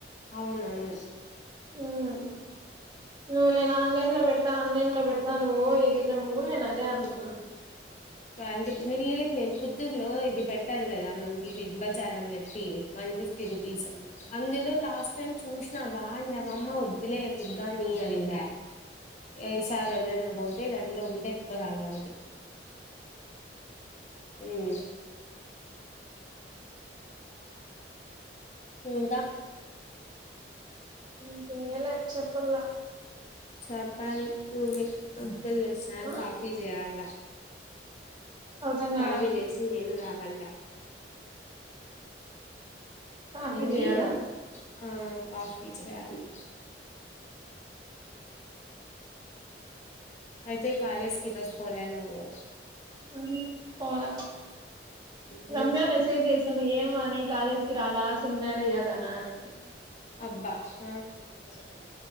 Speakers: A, on the left (about 40°); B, on the right (about 25°).
A: అవునవును
B: ఉమ్ నువ్వు నేన్ ఆన్లైన్ లో పెడతా ఆన్లైన్ లో పెడాత ఓ ఎగిరిన్నప్పుడు కూడా నేను అదే అనుకున్నా.
A: క్వాలిటీ నేను లేదు నేను పుత్తూరులో ఇది పెడతాడు కదా మనకి బిగ్ బజార్ అని చెప్పి వాల్ వన్ ఫిఫ్టీ రూపీస్ అందులో లాస్ట్ టైమ్ చూసిన బాగుండ మామ్మ వద్దులే దిగగా న అనిండ ఈ సార్ ఎప్పుడన్నా పోతే దాన్లో ఉంటే ఎత్కు రావాలన్న ఒకటి హ్మ్మ్ హ్మ్ క
B: ఎమ్ లే చెప్పలా
A: చెప్పాలి నువ్వే అత్తోళ్ళు లెగిసినారు
B: ఆ
A: కాఫీ చేయాలాల
B: అర్ధం కాల
A: కాఫీ చేసి నేనుతగల
B: కాఫీ
A: ఎంది,
B: చేయాలా
A: ఆ కాఫీ చేయాలి అయితే కాలేజ్ కి ఈరోజ్ పోలే నువ్వు
B: ఉహు పోలా
A: ఉమ్
B: రమ్య మెసేజ్ చేసింది ఏమ అని కాలేజ్ కిరాలా సెమినార్ ఇయాలనా అన్నండి
A: అబ్బ ఉ